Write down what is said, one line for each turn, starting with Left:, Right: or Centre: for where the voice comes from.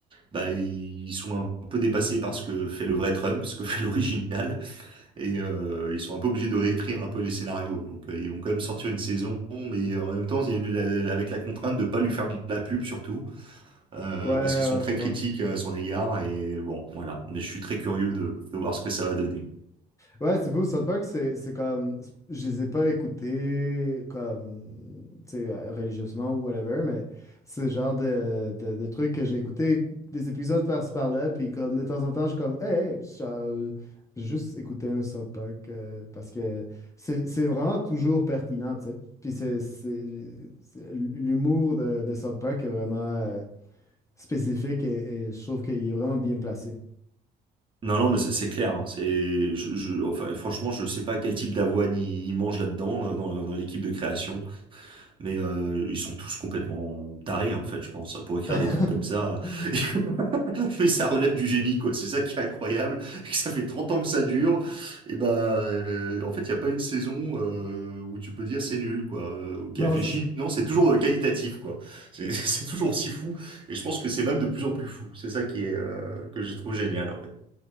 Right: bah, ils sont un peu dépassés par ce que fait le vrai Trump, ce que <laughs> fait l'original, et euh, ils sont un peu obligés de réécrire un peu les scénarios. Donc, euh, ils vont quand même sortir une saison, mais euh, en même temps, il y a eu la- avec la contrainte de pas lui faire de la pub surtout, euh,
Left: ouais,
Right: parce qu'ils sont
Left: ouais,
Right: très
Left: je comprends.
Right: critiques euh, à son égard. Et bon, voilà. Mais je suis très curieux de, de voir ce que ça va donner.
Left: Ouais, c'est fou, South Park, c'est c'est comme. Je les ai pas écoutés comme. Tu sais, euh, religieusement ou whatever, mais c'est le genre de, de, de trucs que j'ai écouté des épisodes par-ci par-là, puis comme de temps en temps, je suis comme, hey, hey, ça- j'ai juste écouté un South Park euh, parce que c'est c'est vraiment toujours pertinent, tu sais. Puis c'est. c'est- c'est- L'humour de, de South Park est vraiment euh, spécifique et, et je trouve qu'il est vraiment bien placé.
Right: Non, non, mais c'est c'est clair. hein. C'est, je, je- enfin, franchement, je sais pas quel type d'avoine ils ils mangent là-dedans, euh, dans, dans l'équipe de création, mais euh, ils sont tous complètement tarés, en fait, je pense, pour écrire
Left: <laughs>
Right: des trucs comme ça. <laughs> Mais ça relève du génie, quoi. C'est ça qui est incroyable. <laughs> Ça fait 30 ans que ça dure. Et ben, euh, en fait, il y a pas une saison euh, où tu peux dire c'est nul, quoi, euh, ou qui
Left: Non,
Right: a fléchi.
Left: c'est ça.
Right: Non, c'est toujours euh, qualitatif, quoi. C'est <laughs> c'est toujours aussi fou. Et je pense que c'est même de plus en plus fou. C'est ça qui est euh, que je trouve génial, en fait.